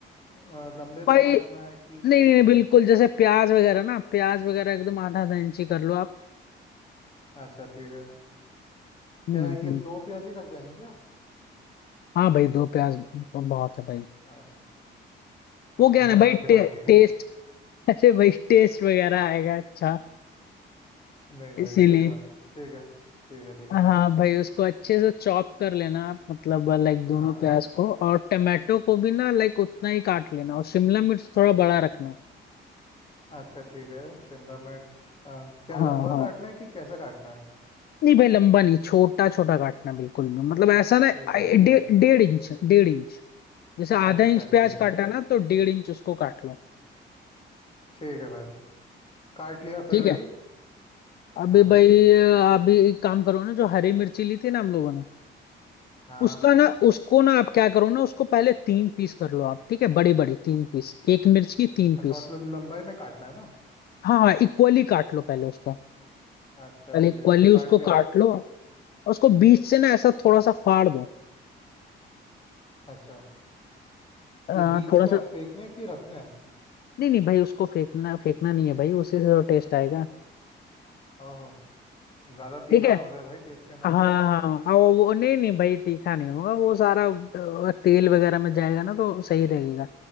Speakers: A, on the left; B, on the left.
A: अ, लंबे में
B: भाई
A: काटना है कि
B: नहीं
A: कैसे
B: नहीं नहीं, बिल्कुल जैसे प्याज वगैरह ना प्याज वगैरह एकदम आधा आधा इंची कर लो आप
A: अच्छा ठीक है
B: हम्म
A: क्या ये
B: हम्म
A: दो प्याज ही लग जाएंगे क्या
B: हाँ भाई दो प्याज बहुत है भाई
A: अरे मम्मी
B: वो क्या है ना
A: ना
B: भाई
A: आके
B: टे,
A: डांटे
B: टेस्ट
A: <laughs>
B: <laughs> अरे भाई टेस्ट वगैरह आएगा अच्छा
A: नहीं भाई
B: इसीलिए
A: सही बात है ठीक है ठीक है ठीक
B: हाँ
A: है
B: भाई उसको अच्छे से चॉप कर लेना आप मतलब लाइक दोनों
A: हाँ
B: प्याज को और टमाटो को भी ना लाइक उतना ही काट लेना और शिमला मिर्च थोड़ा बड़ा रखना
A: अच्छा ठीक है शिमला मिर्च अ, क्या
B: हाँ
A: लंबा
B: हाँ
A: काटना है कि कैसे काटना है
B: नहीं भाई लंबा नहीं छोटा छोटा काटना बिल्कुल भी मतलब ऐसा ना
A: ठीक
B: आई-
A: है ठीक
B: डे,
A: है ठीक है
B: डेढ़ इंच डेढ़ इंच जैसे आधा
A: अच्छा
B: इंच प्याज
A: ठीक है
B: काटा
A: ठीक है
B: ना तो डेढ़ इंच उसको काट लो
A: ठीक है भाई काट लिया फिर
B: ठीक
A: अभी
B: है अभी
A: हाँ
B: भाई अभी एक काम करो ना जो हरी मिर्ची ली थी ना हम लोगों ने
A: हाँ
B: उसका ना उसको ना आप क्या करो ना उसको पहले तीन पीस कर लो आप ठीक है बड़ी बड़ी तीन पीस एक मिर्च की तीन
A: अच्छा
B: पीस
A: मतलब लंबाई में काटना है ना
B: हाँ हाँ इक्वली काट लो पहले उसको
A: अच्छा
B: पहले
A: ठीक
B: इक्वली
A: है काट
B: उसको
A: लिया
B: काट
A: फिर
B: लो और उसको बीच से ना ऐसा थोड़ा सा फाड़ दो
A: अच्छा
B: अ,
A: ये बीज
B: थोड़ा
A: क्या
B: सा
A: फेंकने हैं कि रखने हैं
B: नहीं नहीं भाई उसको फेंकना फेंकना नहीं है भाई उसी से तो टेस्ट आएगा
A: ओहो ज्यादा तीखा
B: ठीक है
A: ना हो जाए भाई टेस्ट के
B: हाँ
A: नाम
B: हाँ
A: पर
B: हाँ, वो वो- नहीं नहीं भाई तीखा नहीं होगा वो सारा अ, तेल वगैरह में जाएगा ना तो सही रहेगा